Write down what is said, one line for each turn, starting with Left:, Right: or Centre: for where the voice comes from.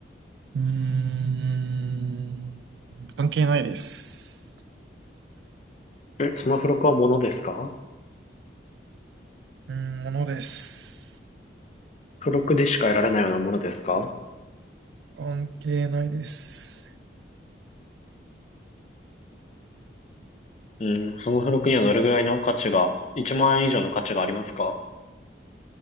Right: うーん、関係ないです。
Left: え、その付録はものですか
Right: うーん、ものです。
Left: 付録でしか得られないようなものですか
Right: 関係ないです。
Left: うん、その付録にはどれぐらいの価値が、1万円以上の価値がありますか